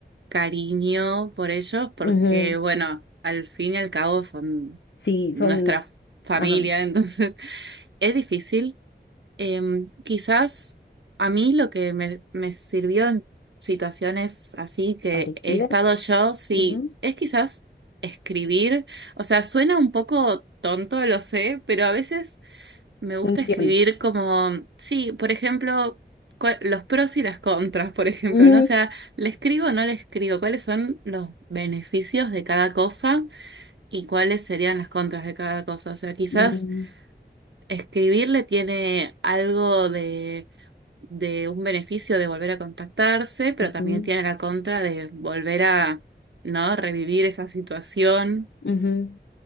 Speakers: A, on the right; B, on the left.
A: cariño por ellos porque,
B: Ujú.
A: bueno, al fin y al cabo son
B: Sí,
A: nuestra
B: son,
A: familia,
B: ajá,
A: <laughs> entonces es difícil. Em, quizás a mí lo que me, me sirvió en situaciones así que
B: parecidas.
A: he estado yo, sí,
B: ujú,
A: es quizás escribir. O sea, suena un poco tonto, lo sé, pero a veces me gusta
B: funcionan.
A: escribir como, sí, por ejemplo, cua- los pros y las contras, por ejemplo,
B: Ujú,
A: ¿no? O sea, ¿le escribo o no le escribo? ¿Cuáles son los beneficios de cada cosa y cuáles serían las contras de cada cosa? O sea, quizás
B: mm,
A: escribirle tiene algo de de un beneficio de volver a contactarse, pero
B: ujú,
A: también tiene la contra de volver a, ¿no? Revivir esa situación.
B: ujú.